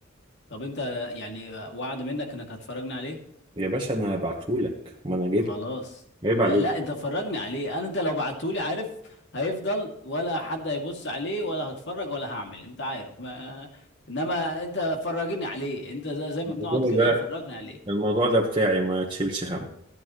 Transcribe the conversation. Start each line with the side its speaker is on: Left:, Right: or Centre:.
Left: طب انت يعني وعد منك انك هتفرجني عليه
Right: يا باشا انا هبعتهولك ما انا جبت
Left: خلاص
Right: عيب
Left: ما
Right: عليك
Left: لا انت فرجني عليه انا انت لو بعتهولي عارف هيفضل ولا حد هيبص عليه ولا هتفرج ولا هعمل انت عارف ما انما انت فرجني عليه انت زي, زي ما بنقعد
Right: الموضوع
Left: كده
Right: ده
Left: فرجني عليه
Right: الموضوع ده بتاعي ما تشيلش هم